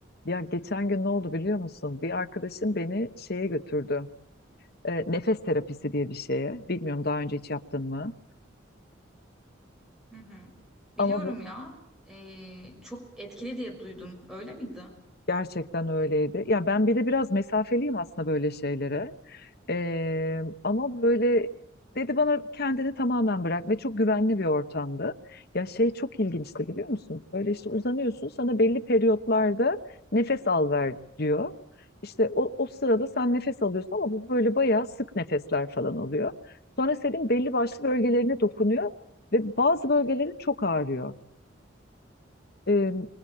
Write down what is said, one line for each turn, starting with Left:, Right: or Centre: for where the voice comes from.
Left: Ya geçen gün ne oldu biliyor musun? Bir arkadaşım beni şeye götürdü. E, nefes terapisi diye bir şeye. Bilmiyorum daha önce hiç yaptın mı?
Centre: Hı hı. Biliyorum
Left: Ama bu
Centre: ya. Ee, çok etkili diye duydum. Öyle miydi?
Left: gerçekten öyleydi. Ya ben bir de biraz mesafeliyim aslında böyle şeylere. Ee, ama böyle dedi bana kendini tamamen bırak ve çok güvenli bir ortamdı. Ya şey çok ilginçti biliyor musun? Böyle işte uzanıyorsun sana belli periyotlarda nefes al ver diyor. İşte o, o sırada sen nefes alıyorsun ama bu böyle bayağı sık nefesler falan oluyor. Sonra senin belli başlı bölgelerine dokunuyor ve bazı bölgelerin çok ağrıyor. Ee,